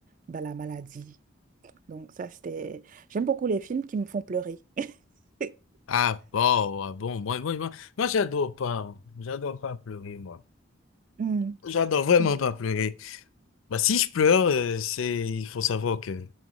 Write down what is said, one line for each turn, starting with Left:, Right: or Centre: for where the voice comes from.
Right: bah, la maladie. Donc ça, c'était... J'aime beaucoup les films qui me font pleurer. <laughs>
Left: Ah bon, ah bon, moi, moi, moi, moi j'adore pas, j'adore pas pleurer, moi.
Right: Mm,
Left: J'adore vraiment
Right: mm,
Left: pas pleurer. Bah, si je pleure, euh, c'est, il faut savoir que,